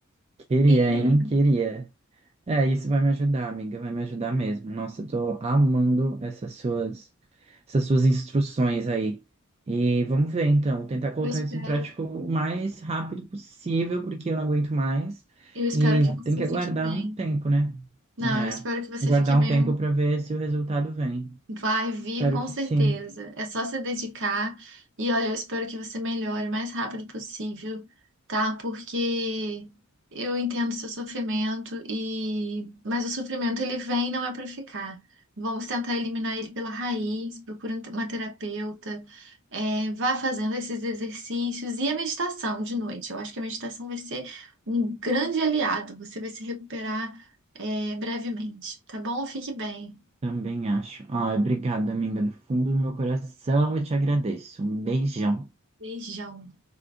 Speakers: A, on the right; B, on the right.
A: queria,
B: E
A: hein? Queria. É, isso vai me ajudar, amiga, vai me ajudar mesmo. Nossa, eu tô amando essas suas, essas suas instruções aí. E vamos ver, então, tentar colocar
B: eu espero,
A: isso em prática o mais rápido possível, porque eu não aguento mais.
B: eu espero
A: E
B: que você
A: tem que
B: fique
A: aguardar
B: bem.
A: um tempo, né?
B: Não,
A: É,
B: eu espero que você
A: aguardar
B: fique bem.
A: um tempo para ver se o resultado vem.
B: Vai vir
A: Espero
B: com
A: que
B: certeza.
A: sim.
B: É só se dedicar. E olha, eu espero que você melhore o mais rápido possível, tá? Porque eu entendo seu sofrimento e mas o sofrimento ele vem e não é para ficar. Vamos tentar eliminar ele pela raiz, procura uma terapeuta, é, vá fazendo esses exercícios e a meditação de noite. Eu acho que a meditação vai ser um grande aliado. Você vai se recuperar, é, brevemente, tá bom? Fique bem.
A: Também acho. Ah, obrigada, amiga, do fundo do meu coração, eu te agradeço. Um beijão.
B: Beijão.